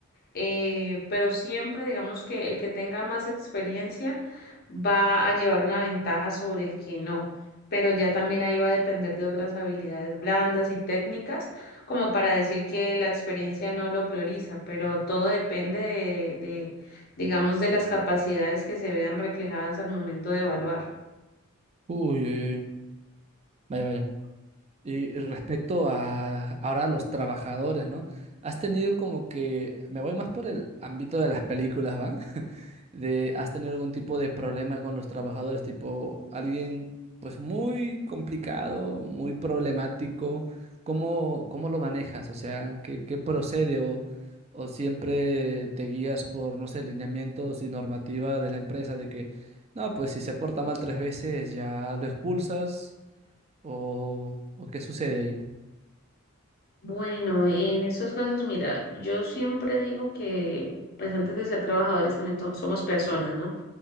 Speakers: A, on the left (about 45°); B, on the right (about 30°).
A: eh, pero siempre digamos que el que tenga más experiencia va a llevar una ventaja sobre el que no. Pero ya también ahí va a depender de otras habilidades blandas y técnicas, como para decir que la experiencia no lo prioriza, pero todo depende de, de, digamos, de las capacidades que se vean reflejadas al momento de evaluar.
B: Uy, uy, uy. Vaya, vaya. Y y respecto a ahora los trabajadores, ¿no? Has tenido como que, me voy más por el ámbito de las películas, ¿va? <laughs> De, ¿has tenido algún tipo de problema con los trabajadores? Tipo, alguien pues muy complicado, muy problemático. ¿Cómo, cómo lo manejas? O sea, ¿qué, qué procede? O, ¿O siempre te guías por, no sé, lineamientos y normativa de la empresa de que, no, pues si se porta mal tres veces ya lo expulsas? ¿O, o qué sucede ahí?
A: Bueno, en estos casos, mira, yo siempre digo que, pues antes de ser trabajadores también to- somos personas, ¿no?